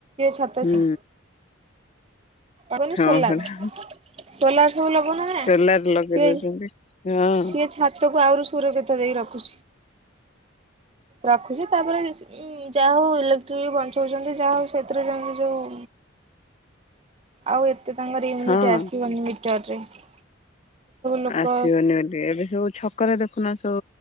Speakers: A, on the right; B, on the left.
A: ଛାତଛି
B: ହୁଁ
A: କନ
B: ହଁ
A: ଶଲା
B: ପରା
A: ତଲର୍ ସବୁ ଲୋକ ନା
B: ସୋଲାର ଲଗେଇ
A: ସିଏ
B: ଦଉଛନ୍ତି ହଁ
A: ସିଏ ଛାତକୁ ଆହୁରୁ ସୁରକ୍ଷିତ ଦେଇ ରଖ ରଖୁଛି ତାପରେ ଯାହା ହଉ ବି ବଞ୍ଚଉଛନ୍ତି ଯାହା ହଉ ସେଥିରେ ଯେମତି ଯୋଉ ଆଉ ଏ ଏତ ତାଙ୍କ ଇମ୍ୟୁନିଟି
B: ହଁ
A: ଆସିବନି <unintelligible> ଲୋକ
B: ଆସିବନି ବୋଲି ଏବେ ସବୁ ଛକ ରେ ଦେଖୁନା ତ